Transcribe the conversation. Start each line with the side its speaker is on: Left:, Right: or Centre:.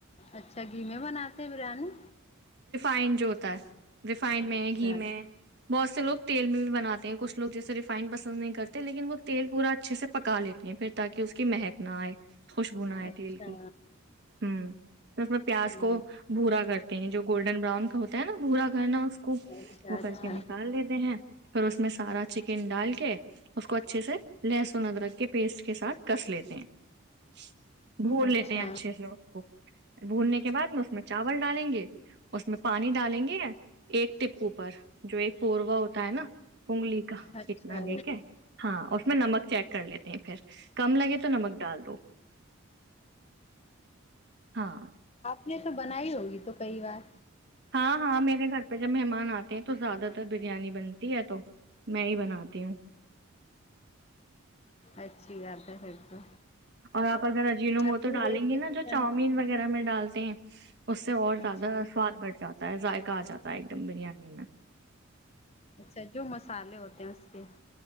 Left: اچھا گھی میں بناتے ہیں بریانی
Right: <unintelligible> ریفائنڈ میں
Left: اچھا
Right: گھی میں بہت سے لو تیل بھی بناتے ہیں کچ لو جیس ریفائن پس نہیں کرتے لیکن وہ تیل پورا اچھے سے پکا لیتے ہیں پھر تاکہ اس کی مہک خوشبونا ہے
Left: اچھا
Right: تیل کی ہ میں پیاس
Left: ہوں
Right: کو بھورا کرتے ہیں جو بران کا ہوتا ہے نا بھورا کرنا <unintelligible> کو
Left: اچھا
Right: وہ
Left: اچھا
Right: کر کے نکال لیتے ہیں پ اس میں سارا چکن ڈال کے <unintelligible> اس کو اچھے سے لہسن ادرک کے پیسٹ کے ساتھ کس لیتے ہیں بھون
Left: اچھا
Right: لیتے ہیں اچھے سے اس کو بھوننے کے بعد میں اس میں چاول ڈالیں گے اس میں پانی ڈالیں گے ایک ٹپ اوپر جو ایک پوروا ہوتا ہے نا انگلی کا
Left: اچھا
Right: اتنا لے کے ہاں اس میں نمک چیک کر لیی نہیں پھر <unintelligible> کم لگے تو نمک ڈال دو ہاں
Left: یہ تو بنائی ہوگی تو کئی بار
Right: ہاں ہاں میرے گھر پہ جب مہمان آتے ہیں تو زیادہ تر بریانی بنتی ہے تو میں ہی بناتی ہوں
Left: اچھی ہے پھر تو
Right: اور آپ اگر اجین و مو
Left: اپنی
Right: تو ڈالیں
Left: ریسیپی
Right: گے نا جو
Left: بنا
Right: چاؤمین
Left: کے
Right: وغیرہ میں ڈالتے ہیں <inaudible> اس سے اور زیادہ
Left: اچھا
Right: سواد بڑھ جاتا ہے ذائقہ آ جاتا ہے ایک دم بریانی میں
Left: اچھا جو مسالے ہوتے ہیں اس کے <inaudible>